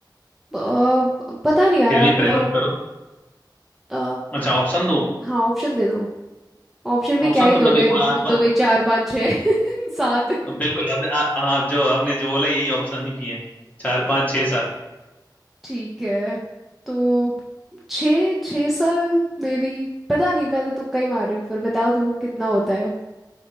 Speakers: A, in the centre; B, on the left.
A: अ, पता नहीं यार
B: फिर
A: आप
B: भी प्रयास
A: मुझे
B: करो
A: अ,
B: अच्छा ऑप्शन दूं
A: हाँ ऑप्शन दे दो ऑप्शन भी
B: ऑप्शन
A: क्या ही
B: तो
A: दोगे
B: मैं बिल्कुल
A: बोल
B: आसपास
A: दोगे चार पाँच छः <laughs> सात
B: बिल्कुल आपने आ- हाँ जो आपने जो बोला यही ऑप्शन ही भी है चार पाँच छः सात
A: ठीक है तो छः छः साल में भी पता नहीं मैं तो तुक्का ही मार रही हूँ पर बता दो कितना होता है